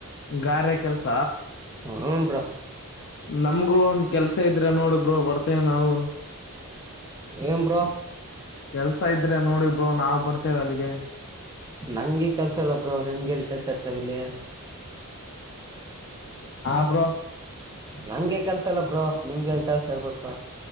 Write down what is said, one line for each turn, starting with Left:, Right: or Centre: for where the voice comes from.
Left: ಗಾರೆ ಕೆಲ್ಸ
Right: ಹ್ಞೂ ಬ್ರೋ
Left: ನಮ್ಗೂ ಒಂದ್ ಕೆಲ್ಸ ಇದ್ರೆ ನೋಡ್ ಬರ್ತೇ ನಾವು
Right: ಏನ್ ಬ್ರೋ
Left: ಕೆಲ್ಸ ಇದ್ರೆ ನೋಡಿ ಬ್ರೋ ನಾವು ಬರ್ತೇವೆ ಅಲ್ಲಿಗೆ
Right: ನಮ್ಗೆ ಕೆಲ್ಸ ಇಲ್ಲ ಬ್ರೋ ನಿಮ್ಗೆಲ್ಲಿ ಕೆಲ್ಸ ಇರ್ತಾವ ಇಲ್ಲಿ
Left: ಹ ಬ್ರೋ
Right: ನಮ್ಗೆ ಕೆಲ್ಸ ಇಲ್ಲ ಬ್ರೋ ನಿಮ್ಗೆಲ್ಲಿ ಕೆಲ್ಸ ಇರ್ಬೇಕು